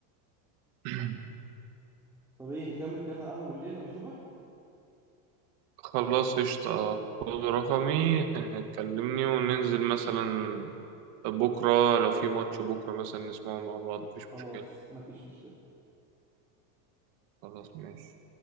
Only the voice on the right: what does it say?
<clears throat>
خلاص قشطة خد رقمي كلمني وننزل مثلا بكرة لو في ماتش بكرة مثلا نسمعه مع بعض مفيش
مشكلة
خلاص ماشي